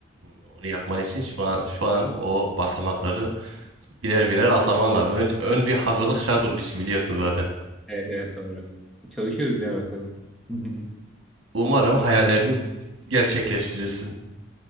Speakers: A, on the right (about 80°); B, in the centre.
A: onu yapman için şu an şu an o basamakları birer birer atlaman lazım. Önce ön bir hazırlık şart onun için biliyorsun zaten.
B: Evet evet doğru. Çalışıyoruz ya bakalım. <laughs>
A: Umarım hayallerini gerçekleştirirsin.